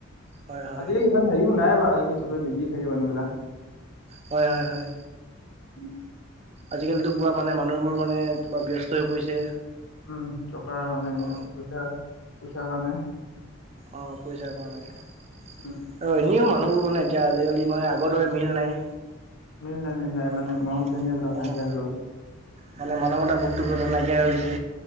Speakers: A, on the right; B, on the left.
A: হয় হয়
B: আজিকালি ইমান হেৰিও নাই বাৰু, আজিকালি চবে বিজি থাকে মানুহবিলাক।
A: হয় হয় হয়।
B: উম।
A: আজিকালিতো পুৰা মানে মানুহবোৰ মানে পুৰা ব্যস্ত হৈ পৰিছে।
B: উম টকা মানে
A: অ
B: পইচা পইচা কাৰণে।
A: অ পইচা কাৰণে আৰু
B: উম,
A: এনেও মানুহবোৰ মানে এতিয়া আজিকালি মানে আগৰ দৰে মিল নাই।
B: মিল নাই মিল নাই
A: অঁ
B: মানে মৰম
A: অঁ
B: চেনেহ এইবিলাক নাইকিয়া
A: অঁ
B: হৈ গ'ল।
A: মানে মানৱতা বু্তুব নাইকিয়া হৈ হৈছে।